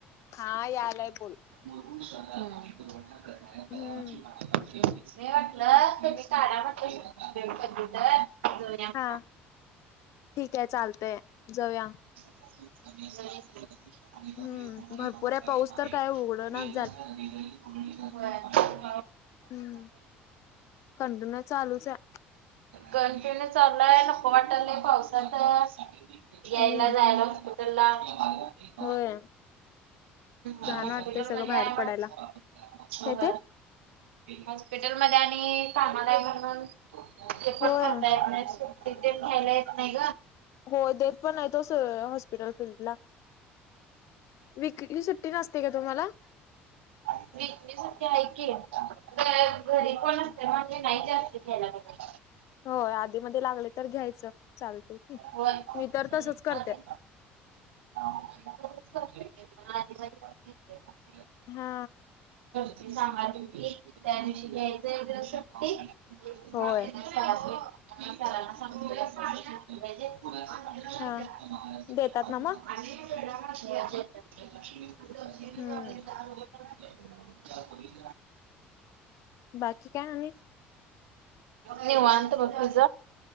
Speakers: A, on the left; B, on the right.
A: हा यालाय बोल.
B: वरून शहराला पाणीपुरवठा करनारयतलावाची
A: हम्म
B: मासमारीआसी मी म्हटलं तु्ही काला म्हटलं कम्प्युटर जाऊ नये म्हटलं
A: हा ठीक आहे चालतय जाऊया
B: ह
A: हम्म
B: जावुयाकि
A: भरपूर आहे पाऊस तर काय उघडणाच
B: होय
A: हकन चालुचय
B: कंटिन्यू चाललाय नकं वाटालय पावसात यायला
A: हम्म
B: जायला हॉस्पिटल लाबय हं
A: होय
B: हॉस्पिटलमध्ये
A: घाण वाटतंय सगळं बाहेर
B: हाय
A: पडायला
B: मन शुग
A: काय ते
B: हॉस्पिटल मध्ये आणि कामाला आहे म्हणून हे
A: होय
B: पण करता येत नाही ग सुट्टी पण देत नाही
A: हो देत पण नाही तोच हॉस्पिटल फीलल्ड ला विकली सुट्टी नसते का तुम्हाला
B: विकली सुट्टी आहे की पण कोणाचं घर नसल्यामुळे मी नाही जास्त घ्यायला मागत
A: हो आधीमध्ये लागले तर घ्यायचं चालत यकी
B: होय
A: मीतर तसंच करतय
B: आधी तसंच करते ते मला आधी माहित नव्हतं
A: हा
B: सांगाी त्या दिवशी घ्यायचंग सुट्टी मीसरासनि
A: होय
B: सराना सांगू न सुट्टी घेतली पाहिजे अकरा
A: हा देतात ना
B: वाजले
A: मग
B: आणि वेडा घालते <unintelligible>
A: हम्म बाकी काय आणि
B: निवांत बघ तुज